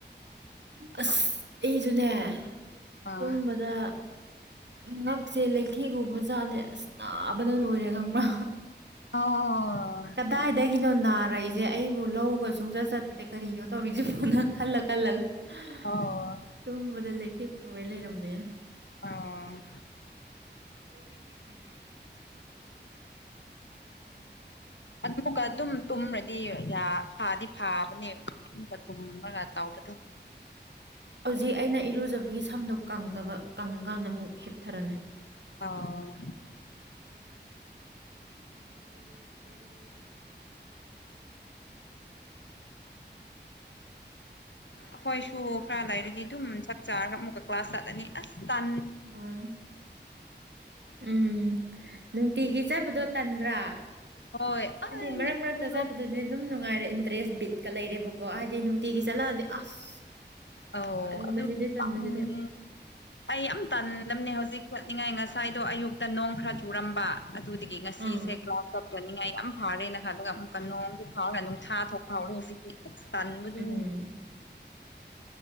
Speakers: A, on the right (about 70°); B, on the left (about 80°).
A: ꯑꯁ ꯑꯩꯖꯨꯅꯦ
B: ꯑꯥ
A: ꯇꯨꯝꯕꯗ ꯉꯛꯁꯦ ꯂꯩꯊꯦꯛ ꯎꯕꯖꯥꯅꯦ ꯑꯁ ꯅꯥꯕꯅ ꯂꯣꯏꯔꯦ ꯈꯪꯕ꯭ꯔ
B: ꯑꯥꯎ ꯑꯣ ꯑꯣ
A: ꯗꯥꯏꯗꯒꯤꯅꯣ ꯅꯥꯔꯛꯏꯁꯦ ꯑꯩꯕꯨ ꯂꯧꯒ ꯁꯨꯡꯆꯠ ꯆꯠꯇꯠꯇꯦ ꯀꯔꯤꯅꯣ ꯇꯧꯔꯤꯁꯤꯕꯨ ꯅꯪ ꯈꯜꯂ ꯈꯜꯂꯒ ꯍ
B: ꯑꯣ
A: ꯇꯨꯝꯕꯗ ꯂꯩꯊꯦꯛ ꯇꯣꯏ ꯂꯩꯔꯝꯃꯦ
B: ꯑꯣ
A: <unintelligible> <inaudible>
B: ꯑꯗꯨꯛꯒ ꯑꯗꯨꯝ ꯇꯨꯝꯃ꯭ꯔꯗꯤ ꯌꯥ ꯐꯥꯗꯤ ꯐꯥꯕꯅꯦ꯫ ꯕ ꯇꯨꯝꯃꯒ ꯇꯥꯎꯕ ꯗꯨ
A: ꯍꯧꯖꯤꯛ ꯑꯩꯅ ꯏꯔꯨꯖꯕꯒꯤ ꯁꯝꯗꯣ ꯀꯪꯗꯕ ꯀꯪꯀꯥꯟꯗ ꯑꯃꯨꯛ ꯍꯤꯞꯊꯔꯅꯤ꯫
B: ꯑꯥꯎ
A: <unintelligible> <inaudible>
B: ꯑꯈꯣꯏꯁꯨ ꯈꯔ ꯂꯩꯔꯗꯤ ꯑꯗꯨꯝ ꯆꯥꯛ ꯆꯥꯔꯒ ꯑꯃꯨꯛꯀ ꯀ꯭ꯂꯥꯁ ꯆꯠꯂꯅꯤ ꯑꯁ ꯇꯟ
A: ꯎꯝ ꯎꯝ ꯅꯨꯡꯇꯤꯒꯤ ꯆꯠꯄꯗꯣ ꯇꯟꯗ꯭ꯔꯥ
B: ꯍꯣꯏ ꯑꯧ
A: ꯍꯥꯏꯗꯤ ꯃꯔꯛ ꯃꯔꯛꯇꯥ ꯆꯠꯄꯗꯨ ꯗꯤꯗꯨꯝ ꯅꯨꯡꯉꯥꯏꯔꯦ ꯏꯟꯇꯔꯦꯁ ꯕꯤꯠꯀꯥ ꯂꯩꯔꯦꯕꯀꯣ ꯍꯥꯏꯗꯤ ꯅꯨꯡꯇꯤꯒꯤ ꯆꯠꯂꯥꯗꯤ ꯑꯁ
B: ꯑꯧꯎ
A: ꯇꯟꯕꯁꯤꯗꯤ
B: ꯑꯗꯨꯕꯨ
A: ꯇꯟꯕꯁꯤꯗꯤ
B: ꯄꯥꯡꯉꯦ ꯑꯩ ꯌꯝ ꯇꯟꯗꯝꯅꯦ ꯍꯧꯖꯤꯛ ꯆꯠꯅꯤꯡꯉꯥꯏ ꯉꯁꯥꯏꯗꯣ ꯑꯌꯨꯛꯇꯥ ꯅꯣꯡ ꯈꯔ ꯆꯨꯔꯝꯕ ꯑꯗꯨꯗꯤ ꯀꯤ ꯉꯁꯤꯁꯦ
A: ꯑꯥ
B: ꯀ꯭ꯂꯥꯎꯗ ꯀꯞꯇꯥꯅꯤꯡꯉꯥꯏ ꯌꯥꯝ ꯐꯥꯔꯦꯅ ꯈꯜꯂꯒꯥ ꯑꯃꯨꯛꯀꯥ ꯅꯣꯡꯁꯦ ꯐꯥꯎꯔꯒꯥ ꯅꯨꯡꯁꯥ ꯊꯣꯛ ꯐꯥꯎꯔꯦ ꯍꯨꯖꯤ <inaudible> ꯇꯟꯕꯗꯨ
A: ꯎꯝ